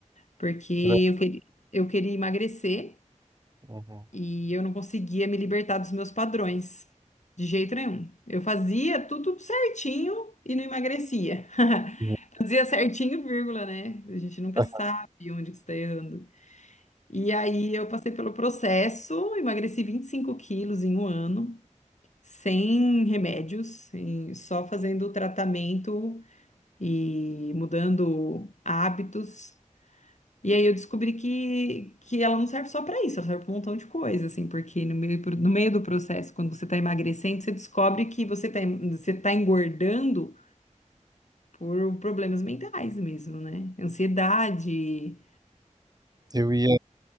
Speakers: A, on the left; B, on the right.
A: porque
B: Que
A: eu queria, eu queria emagrecer
B: Uhum.
A: e
B: <laughs>
A: eu não conseguia me libertar dos meus padrões, de jeito nenhum. Eu fazia tudo certinho e não emagrecia. <laughs>
B: Uhum.
A: Fazia certinho, vírgula, né? A gente nunca
B: Ah,
A: sabe onde que está errando. E aí eu passei pelo processo, emagreci 25 quilos em um ano, sem remédios, sem- só fazendo o tratamento e mudando hábitos. E aí eu descobri que, que ela não serve só para isso, ela serve para um montão de coisa, assim, porque no meio, no meio do processo, quando você está emagrecendo, você descobre que você está você tá engordando por problemas mentais mesmo, né? Ansiedade,
B: Eu ia,